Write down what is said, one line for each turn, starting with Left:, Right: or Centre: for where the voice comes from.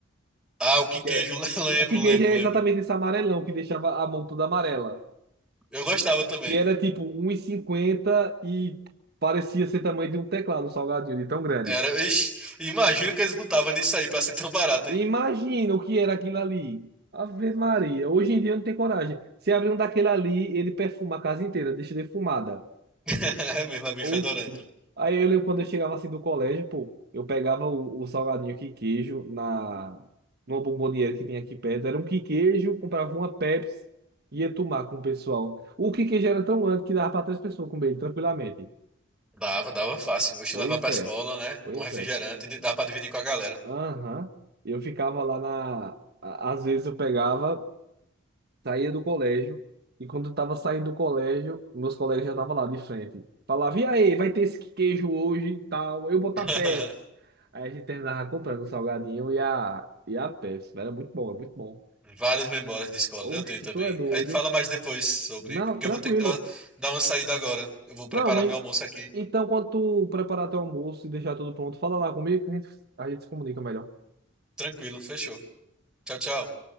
Centre: Ah, o que
Right: Que
Centre: queijo,
Right: é-
Centre: <laughs> lembro,
Right: O que
Centre: lembro,
Right: queijo é
Centre: lembro.
Right: exatamente esse amarelão que deixava a mão toda amarela.
Centre: Eu gostava também.
Right: Que era tipo 1,50 e cinquenta e parecia ser tamanho de um teclado um salgadinho, de tão grande.
Centre: Era, ixi, imagina que eles botavam nisso aí pra ser tão barato,
Right: Imagina
Centre: hein?
Right: o que era aquilo ali. Ave Maria, hoje em dia eu não tenho coragem. Se abrir um daquele ali, ele perfuma a casa inteira, deixa defumada.
Centre: <laughs> É mesmo, é bem
Right: Oxi.
Centre: fedorento.
Right: Aí eu lembro quando eu chegava assim do colégio, pô, eu pegava o, o salgadinho que queijo na numa bomboniere que tinha aqui perto. Era um que queijo, comprava uma Pepsi e ia tomar com o pessoal. O que queijo era tão grande que dava para três pessoas comer ele tranquilamente.
Centre: Dava, dava fácil. Hoje
Right: Pois
Centre: levar pra
Right: é,
Centre: escola, né?
Right: pois
Centre: Um refrigerante,
Right: é.
Centre: e dá pra dividir com a galera.
Right: Aham. Eu ficava lá na. a- Às vezes eu pegava. saía do colégio, e quando eu tava saindo do colégio, meus colegas já estavam lá de frente. Falava, e aí, vai ter esse queijo hoje e tal, eu botar
Centre: <laughs>
Right: Pepsi. Aí a gente terminava comprando o salgadinho e a, e a Pepsi, velho, é muito bom, é muito bom.
Centre: Várias memórias de escola,
Right: Oxe,
Centre: eu tenho também.
Right: tu é doido?
Centre: A gente fala mais depois sobre,
Right: Não,
Centre: porque
Right: tranquilo.
Centre: eu vou ter que dar, dar uma saída agora. Eu vou preparar
Right: Não, mãe,
Centre: meu almoço aqui.
Right: então quando tu preparar teu almoço e deixar tudo pronto, fala lá comigo que a gente, a gente se comunica melhor.
Centre: Tranquilo, fechou. Tchau, tchau.